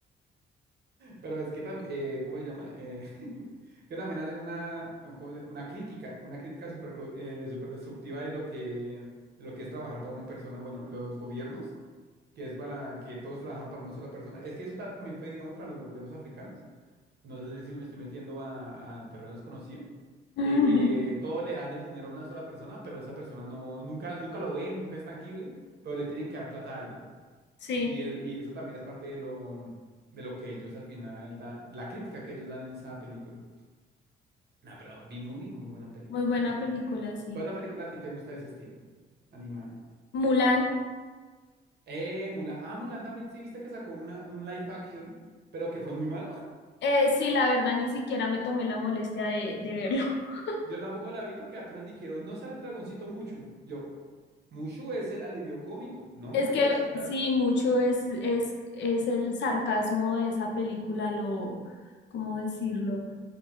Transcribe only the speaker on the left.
<laughs>
Sí,
muy buena
película, sí.
Mulan,
eh, sí, la verdad ni siquiera me tomé la molestia de, de verlo. <laughs>
Es
que
sí, mucho es, es, es el sarcasmo de esa película, lo, ¿cómo decirlo?